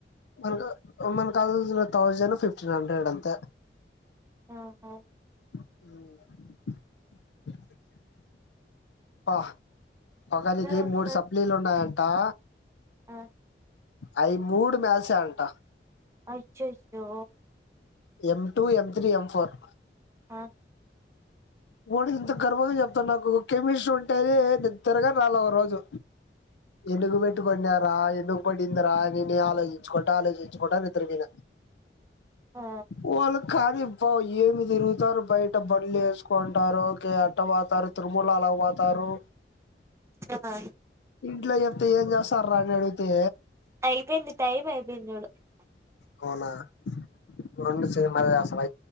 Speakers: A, on the left; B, on the right.
A: మనకు మనకు కాల్ జీలో థౌజండ్ ఫిఫ్టీన్ హండ్రెడ్ అంతే
B: ఆహా
A: హ్మ్ వాహ్ ఒకరికి
B: వస్తది వస్తది.
A: మూడు సప్లీలు ఉన్నాయ్ ఆ
B: ఆ
A: అయి మూడు మ్యాసే అంట
B: అచ్చయ్యో
A: M two M three M four
B: ఆ
A: వాడు ఇంత గర్వంగా చెప్తాడు నాకు కెమిస్ట్రీ ఉంటేనే నిద్రగా రాలా ఒక రోజు ఎందుకు పెట్టుకొన్యార ఎందుకు పడిందిరా నేనే ఆలోచించుకుంటా ఆలోచించుకుంటా నిద్ర పేయిన.
B: ఆ
A: వాళ్ళ్ కానీ బా ఏమి తిరుగుతారు బయట బండ్లు ఏస్ కొంటారు ఓకే అట్ట పోతారు తిరుమల అలా పోతారు
B: ఆ అ
A: ఇంట్లో చెప్తే ఏం చేస్తార్రా అని అడిగితే
B: అయిపోయింది టైం అయిపోయింది చూడు
A: అవునా <unintelligible> నేం మల్లజేస్సా బై